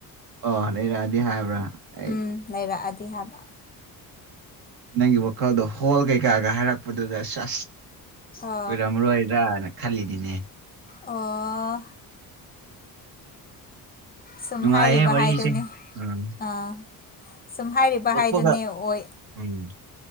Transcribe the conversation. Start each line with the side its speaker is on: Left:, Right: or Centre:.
Right: ꯑꯣ ꯂꯩꯔꯛꯑꯗꯤ ꯍꯥꯏꯕ꯭ꯔꯥ ꯑꯩ
Left: ꯎꯝ ꯂꯩꯔꯛꯑꯗꯤ ꯍꯥꯏꯕ
Right: ꯅꯪꯒꯤ ꯋꯥꯈꯜꯗꯣ ꯍꯣꯜ ꯀꯩꯀꯥꯒ ꯍꯥꯏꯔꯛꯄꯗꯨꯗ ꯑꯁ
Left: ꯑ
Right: ꯀꯨꯏꯔꯝꯔꯣꯏꯗ꯭ꯔꯥꯅ ꯈꯜꯂꯤꯅꯤꯅꯦ
Left: ꯑꯣ ꯁꯨꯝ
Right: ꯅꯨꯡꯉꯥꯏꯍꯦ
Left: ꯍꯥꯏꯔꯤꯕ
Right: ꯋꯥꯔꯤꯁꯦ
Left: ꯍꯥꯏꯗꯨꯅꯦ
Right: ꯎꯝ
Left: ꯑꯥ ꯁꯨꯝ ꯍꯥꯏꯔꯤꯕ
Right: ꯇꯣꯛꯄꯒ
Left: ꯍꯥꯏꯗꯨꯅꯦ ꯑꯣꯏ
Right: ꯎꯝ